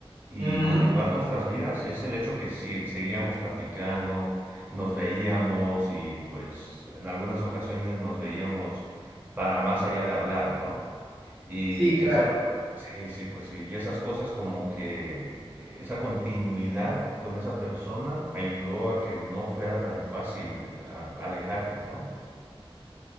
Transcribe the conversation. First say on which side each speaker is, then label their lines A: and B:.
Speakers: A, on the right; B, on the right.
A: y
B: Ujú.
A: continuar nuestras vidas es el hecho que sí, seguíamos platicando, nos veíamos y pues en algunas ocasiones nos veíamos para más allá de hablar, ¿no? Y
B: Sí, claro.
A: esa, sí, sí, pues sí, y esas cosas como que eh, esa continuidad con esa persona ayudó a que no fuera tan fácil a- alejarnos, ¿no?